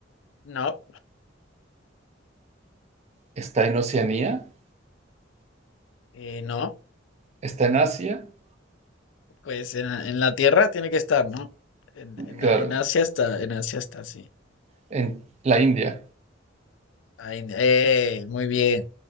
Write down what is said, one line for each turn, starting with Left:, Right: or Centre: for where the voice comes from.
Left: no,
Right: Está en Oceanía.
Left: eh, no,
Right: Está en Asia.
Left: pues en, en la Tierra tiene que estar, ¿no? En, en-
Right: Claro.
Left: en Asia está, en Asia está, sí.
Right: En la India.
Left: Ay, eh, muy bien.